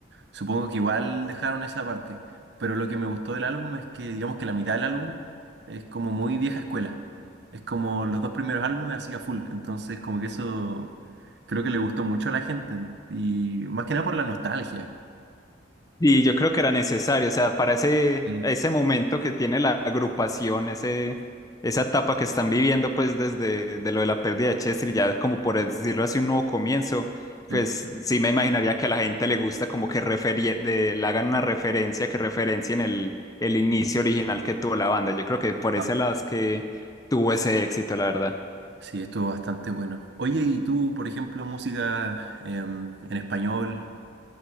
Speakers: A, on the right (about 60°); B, on the left (about 20°).
A: Supongo que igual dejaron esa parte, pero lo que me gustó del álbum es que digamos que la mitad del álbum es como muy vieja escuela. Es como los dos primeros álbumes hacía full, entonces como que eso creo que le gustó mucho a la gente y más que nada por la nostalgia.
B: Y yo creo que era necesario, o sea, para ese,
A: Sí,
B: ese momento que tiene la agrupación, ese, esa etapa que están viviendo, pues desde de lo de la pérdida de Chester, y ya como por decirlo así, un nuevo comienzo,
A: sí.
B: pues sí me imaginaría que a la gente le gusta como que referie- de- le hagan una referencia, que referencien el, el inicio original que tuvo la banda. Yo creo que por
A: Ah,
B: ese lado es que tuvo ese éxito, la verdad.
A: sí, estuvo bastante bueno. Oye, ¿y tú, por ejemplo, música em, en español,